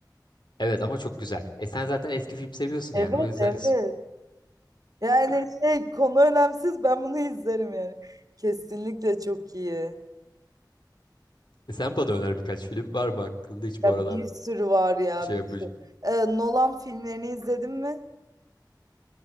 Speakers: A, on the left; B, on the right.
A: Evet ama çok güzel. E sen zaten eski film seviyorsun
B: Evet,
A: yani o yüzden
B: evet.
A: hiç
B: Yani şey konu önemsiz ben bunu izlerim yani. Kesinlikle çok iyi.
A: E Sen bana öner birkaç film var mı aklında hiç
B: Ya
A: bu aralar
B: bir sürü var ya
A: şey
B: bir
A: yapacağım.
B: sürü. Ee, Nolan filmlerini izledin mi?